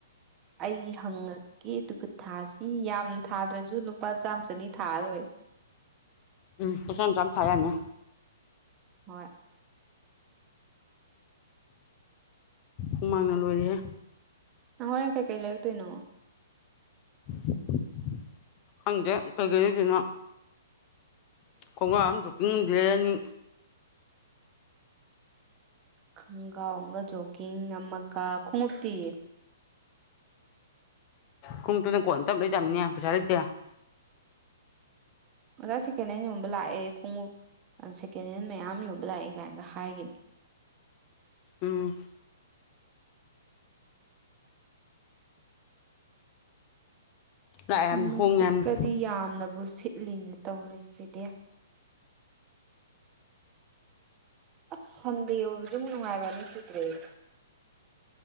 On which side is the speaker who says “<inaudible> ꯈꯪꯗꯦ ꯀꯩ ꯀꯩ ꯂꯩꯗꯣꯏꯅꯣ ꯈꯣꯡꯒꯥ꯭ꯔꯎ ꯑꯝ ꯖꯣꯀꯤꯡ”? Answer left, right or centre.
Left